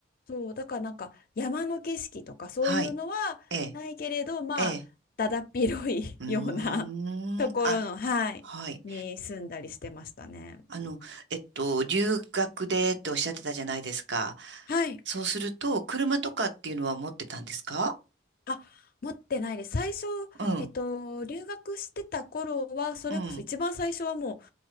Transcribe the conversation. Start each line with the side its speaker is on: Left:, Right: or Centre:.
Left: そうだからなんか山の景色とかそういうのはないけれどまあだだっ広い
Right: はい。ええ、ええ。うーん。
Left: <laughs> ような <laughs> ところの、
Right: あ、
Left: はい、
Right: はい。
Left: に住んだりしてましたね。
Right: あの、えっと、留学でっておっしゃってたじゃないですか。
Left: はい。
Right: そうすると、車とかっていうのは持ってたんですか
Left: あ、持ってないです。最初、
Right: うん、
Left: えっと、留学してた頃は、それこそ一番最初はもう
Right: うん、うん、